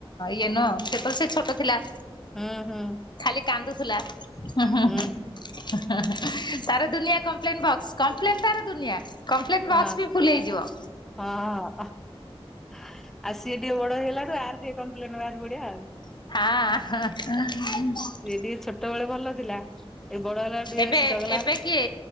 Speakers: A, on the left (about 50°); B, in the centre.
A: ଇଏ ନୁହଁ ସେ ତ ସେଏ ଛୋଟ ଥିଲା।
B: ହୁଁ ହୁଁ।
A: ଖାଲି କାନ୍ଦୁଥିଲା।
B: ହୁଁ।
A: ତାର ଦୁନିଆ କମ୍ପ୍ଲେନ ବକ୍ସ କମ୍ପ୍ଲେନ ତାର ଦୁନିଆ। କମ୍ପ୍ଲେନ
B: ହଁ
A: ବକ୍ସ ବି ଫୁଲି ହେଇଯିବ।
B: ହଁ ଆଉ ସିଏ ଟିକେ ବଡ ହେଇଲାରୁୁ ଆର ଟିକେ କମ୍ପ୍ଲେନ ବାହାର ପଡିଆ ଆଉ।
A: ହଁ।
B: ସେ ଟିକେ ଛୋଟ ବେଳେ ଭଲ ଥିଲା ଏଇ ବଡ ହେଲା ଟିକେ
A: ଏବେ
B: ବେଶି ଚଗଲା
A: ଏବେ
B: ହେଲା।
A: କିଏ